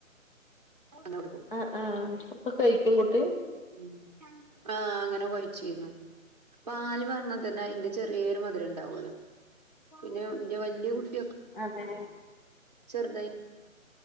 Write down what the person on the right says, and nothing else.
അങ്ങനെ കൊടുക്കും
ഉം ആ അങ്ങനെ ഒഴിച്ചീര്ന്നു. പാല് പാർന്നാ തന്നെ അയിന്റെ ചെറിയൊരു മധുരണ്ടാവോലോ, പിന്നെ ന്റെ വലിയ കുട്ട്
ചെർതായ്